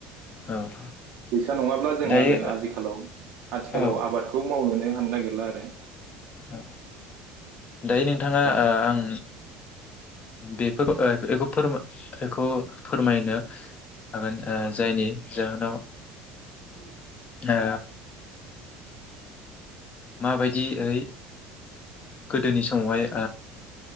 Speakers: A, on the left; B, on the right.
A: औ औ
B: फैसा नङाब्ला जों
A: दायो
B: आरो आखालाव आथिखालाव
A: औ
B: आबाद मावनोनो हानोनो नागिरला आरो
A: औ दायो नोंथाङा
B: औ
A: आं बेफोरखौ बेखौ बेखौ फोरमायनो हागोन जायनि जाहोनाव
B: उम
A: आ माबायदि ओइ गोदोनि समावहाय